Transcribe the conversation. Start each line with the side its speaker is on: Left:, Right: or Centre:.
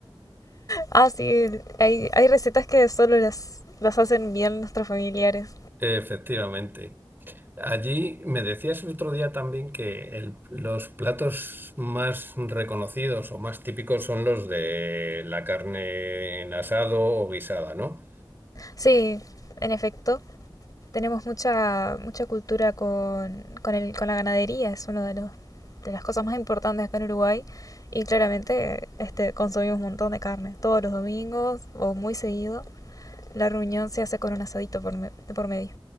Left: Ah, sí, el- hay, hay recetas que solo las, las hacen bien nuestros familiares.
Right: Efectivamente. Allí me decías el otro día también que el- los platos más reconocidos o más típicos son los de la carne en asado o guisada, ¿no?
Left: Sí, en efecto. Tenemos mucha, mucha cultura con, con, el, con la ganadería, es una de, los, de las cosas más importantes acá en Uruguay. Y claramente este, consumimos un montón de carne, todos los domingos o muy seguido. La reunión se hace con un asadito por me- por medio.